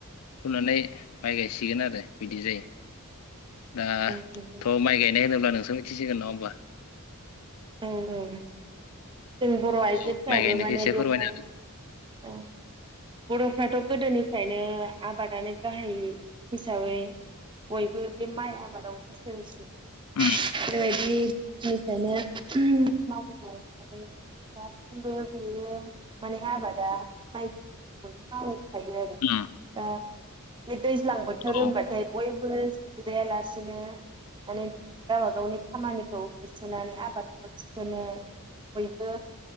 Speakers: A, on the left; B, on the right.
A: फुनानै माइ गायसिगोन आरो। बिदि जायो। दाथ'
B: नंगौ
A: माइ गायनाय होनोब्ला नों सोंथिसिगोन ना अब्ला।
B: औ औ। जों बर' आइजोफ्राबो
A: औ माइ गायनायखौ
B: माने
A: एसे
B: बेवहाय
A: फोरमायना
B: ओ बर'फ्राथ' गोदोनिफ्रायनो आबादानो गाहाय हिसाबै बयबो बे माइ आबादाव गोसो होसै।
A: उम
B: बेबायदि। निफ्रायनो। मावनाय हिसाबै दासिमबो बेयो माने आबादा माइखौ जों बयबो मावो। थायो आरो
A: उम
B: दा। बे दैज्लां बोथोर
A: औ
B: होनबाथाय बय फोलेस जिरायालासेनो माने गावबा गावनि खामानिखौ होसोनानै आबाद। ओ थिखोनो बयबो।